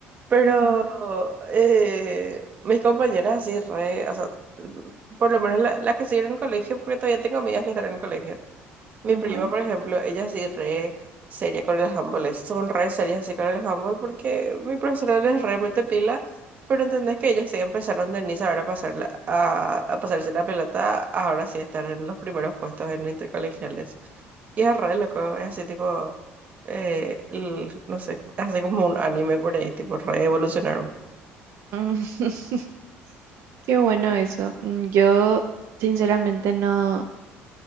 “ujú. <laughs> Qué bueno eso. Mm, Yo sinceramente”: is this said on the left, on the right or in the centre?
Right